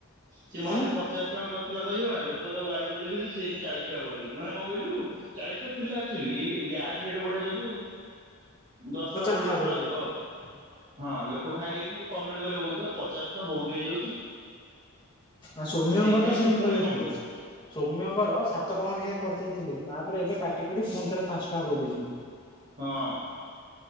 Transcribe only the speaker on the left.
ଆଁ
ପଚାଶ
କରିଦେଇଛି
ଆ ସୌମ୍ୟଙ୍କର
ତ ସେମିତି
<unintelligible>
ସୌମ୍ୟଙ୍କର ସାତ ଟଙ୍କା ନେଖା କରିଦେଇଥିଲେ ତାପରେ ଏବେ କାଟି କୁଟି ଫୁଣି ଥରେ ପାଞ୍ଚ ଟଙ୍କା କରିଦେଇଛନ୍ତି।